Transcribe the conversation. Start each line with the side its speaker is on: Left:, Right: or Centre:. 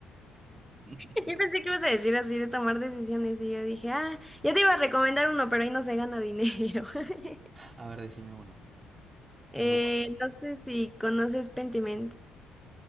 Right: <laughs>
Centre: <laughs> Yo pensé que ibas a decir así de tomar decisiones y yo dije, ah, ya te iba a recomendar uno, pero ahí no se gana dinero. <laughs>
Right: A ver, decime uno.
Centre: Eh,
Right: Me lo guardo.
Centre: no sé si conoces Pentiment.